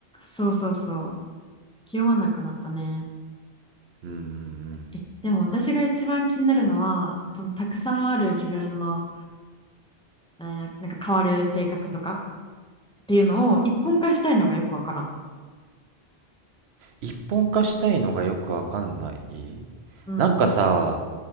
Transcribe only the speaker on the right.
うん、うん。
一本化したいのがよくわかんない。
なんかさ、